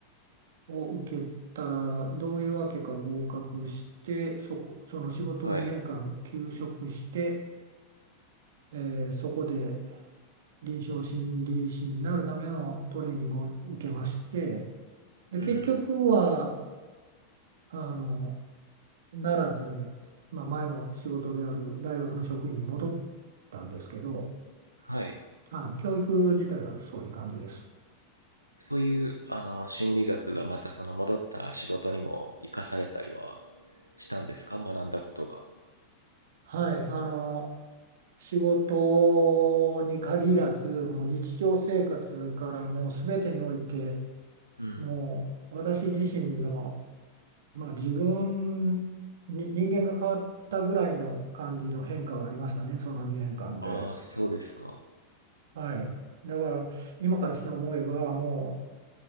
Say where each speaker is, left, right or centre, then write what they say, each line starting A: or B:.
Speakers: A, on the right (about 60°); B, on the right (about 85°).
A: を受けたら、どういうわけか合格して、そこ、その仕事を2年間休職して、
B: はい。
A: えーそこで臨床心理士になるためのトレーニングを受けまして、で、
B: うん。
A: 結局は、あの、ならずに、まあ、前の仕事である大学の職員に戻ったんですけど、
B: はい。
A: はい、教育自体はそういう感じです。
B: そういうあの心理学がまたその戻った仕事にも生かされたりはしたんですか学んだことが。
A: はい、あの、仕事に限らず、もう日常生活からもう全てにおいて、
B: うん。
A: もう私自身のまあ、自分に人間が変わったぐらいの感じの変化はありましたね、その2年間で。
B: ああ、そうですか。
A: はい。だから、今からして思えば、も